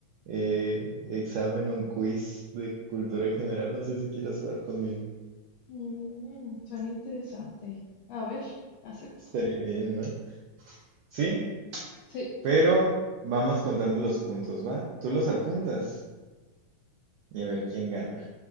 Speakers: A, on the right; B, on the left.
A: eh, examen o un quiz de cultura general. No sé si quieras jugar conmigo.
B: Mm, suena interesante. A ver, acepto.
A: Estaría bien, ¿no? Sí,
B: Sí,
A: pero vamos contando los puntos, ¿va? Tú los apuntas y a ver quién gana.